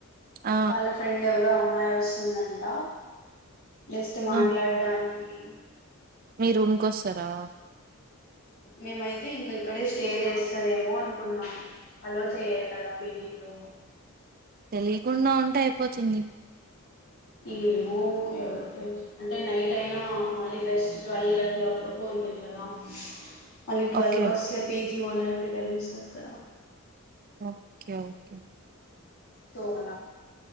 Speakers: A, on the right; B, on the left.
A: ఆ
B: వాళ్ళ ఫ్రెండ్ ఎవరో అమ్మాయి వస్తే వస్తుందంట జస్ట్ మాట్లాడ్డానికి
A: ఆ
B: హమ్
A: మీ రూమ్ కోసం శరా
B: మేమైతే ఇంక ఇక్కడే స్టే చేస్తారేమో అ అనుకుం అలో చెయరు కదా పీజీ లో
A: తెలియకుండా ఉంటే అయిపోతుంది
B: ఏమో ఎవరికి తెలుసు అంటే నైట్ అయినా మళ్ళీ ఫెస్ట్ ట్వెల్వ్ అట్ల వకు ఉంటది కదా మళ్ళీ ట్వెల్వ్
A: ఓకే
B: కి వస్తే పీజీ. జి ఓనర్కి తెలుస్తది కద
A: ఒకే ఒకే
B: తోల